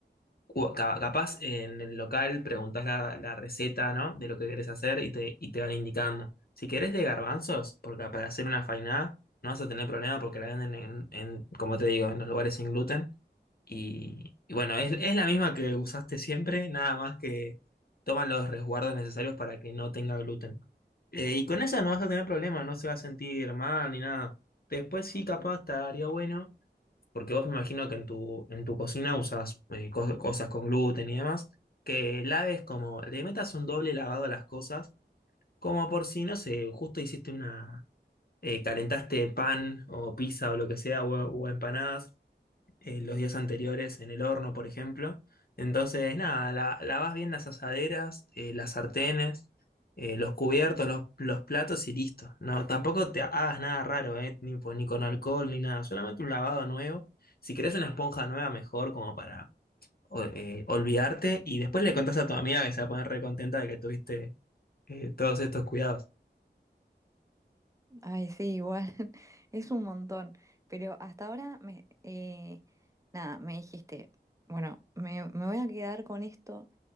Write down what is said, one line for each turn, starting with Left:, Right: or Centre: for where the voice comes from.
Left: cu- ca- Capaz en el local preguntás la, la receta, ¿no? De lo que querés hacer y te, y te van indicando. Si querés de garbanzos, porque para hacer una fainá no vas a tener problema porque la venden en, en, como te digo, en los lugares sin gluten. Y, y bueno, es, es la misma que usaste siempre, nada más que toman los resguardos necesarios para que no tenga gluten. Eh, y con eso no vas a tener problema, no se va a sentir mal ni nada. Después sí, capaz estaría bueno porque vos me imagino que en tu, en tu cocina usas eh, cos- cosas con gluten y demás, que laves como, le metas un doble lavado a las cosas, como por si, no sé, justo hiciste una, eh, calentaste pan o pizza o lo que sea, o, o empanadas, eh, los días anteriores en el horno, por ejemplo. Entonces, nada, la, lavas bien las asaderas, eh, las sartenes, eh, los cubiertos, los, los platos y listo. No, tampoco te hagas nada raro, eh, ni, po- ni con alcohol ni nada, solamente un lavado nuevo. Si querés una esponja nueva, mejor como para o- eh, olvidarte y después le contás a tu amiga que se va a poner recontenta de que tuviste eh, todos estos cuidados.
Right: Ay, sí, igual, <laughs> es un montón. Pero hasta ahora, me, eh, nada, me dijiste, bueno, me, me voy a quedar con esto,